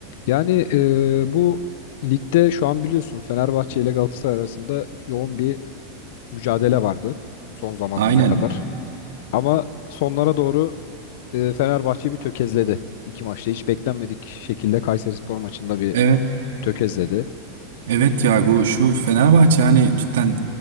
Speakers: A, on the left (about 65°); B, on the right (about 80°).
A: Yani e, bu ligde şu an biliyorsun Fenerbahçe ile Galatasaray arasında yoğun bir mücadele vardı son zamanlara
B: Aynen.
A: kadar. Ama sonlara doğru e, Fenerbahçe bir tökezledi. İki maçta hiç beklenmedik şekilde Kayserispor maçında bir
B: Evet.
A: tökezledi.
B: Evet ya bu şu Fenerbahçe hani cidden